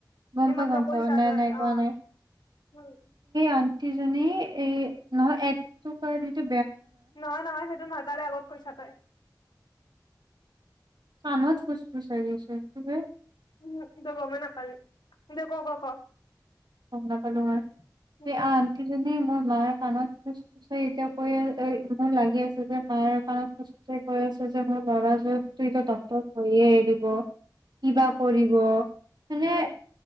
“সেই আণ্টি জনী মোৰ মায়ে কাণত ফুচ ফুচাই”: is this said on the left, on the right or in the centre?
Right